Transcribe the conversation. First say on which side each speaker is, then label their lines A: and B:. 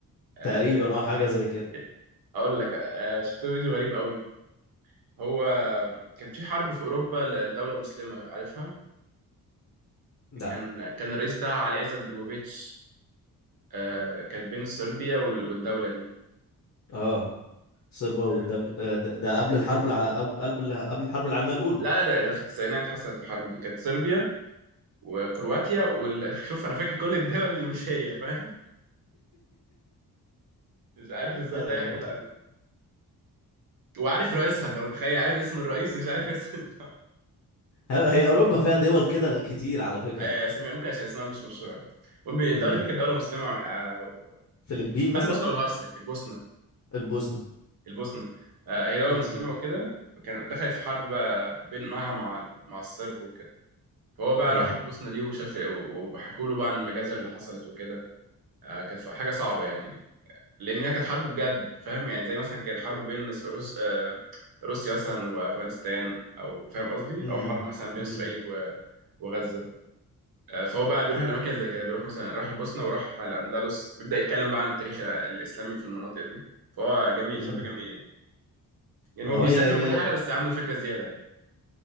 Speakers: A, on the right; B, on the left.
A: آه
B: تقريبا
A: بيروح
B: اه حاجة
A: آه
B: زي كده
A: اقول لك آه شفت فيديو غريب قوي هو كان في حرب في اوروبا ل- لدوله مسلمه عارفها
B: لا
A: كان كان الرئيس بتاعها علي عزت بيجوفيتش آه كانت بين صربيا وال... والدوله دي
B: اه صربا والدبل
A: آه
B: آه، ده ده قبل الحرب الع... قبل قبل قبل الحرب العالمية الأولى
A: لا لا ده ده في التسعينات حصلت الحرب دي كانت صربيا وكرواتيا وال... <laughs> شوف انا فاكر كل الدول اللي مش هي فاهم مش عارف ازاي
B: ايوه
A: تايهه كده وعارف رئيسها انت متخيل عارف اسم الرئيس ومش عارف اسم الدولة
B: ه- هي أوروبا فيها دول كده كتير على فكرة
A: آه، اسمها ممكن عشان اسمها مش مشهورة قوي المهم الدولة
B: امم
A: دي كانت دولة مسلمة آه،
B: فلبين
A: اسمها
B: مثلا
A: البوسنة والهرسك البوسنة
B: البوسنة
A: البوسنة آه، هي دولة
B: امم
A: مسلمة وكده كان دخلت في حرب بقى بين معها مع مع الصرب وكده فهو بقى
B: اه
A: راح البوسنة دي وشاف وحكوا له بقى عن المجازر اللي حصلت وكده آه، كانت حاجة صعبة يعني لأن هي كانت حرب بجد فاهم يعني زي مثلا كانت حرب بين روس... آه، روسيا مثلا وأفغانستان أو فاهم قصدي
B: امم
A: أو حرب مثلا بين
B: امم
A: إسرائيل و... وغزة آه، فهو بقى بيروح الاماكن زي كده بيروح مثلا راح البوسنه وراح الاندلس بيبدا يتكلم بقى عن التاريخ ال- الاسلامي في المناطق دي فهو جميل
B: امم
A: شاب جميل يعني يعني
B: ما
A: هو بيسافر
B: هو هي
A: وكل
B: هي
A: حاجه بس عنده فكره زياده يعني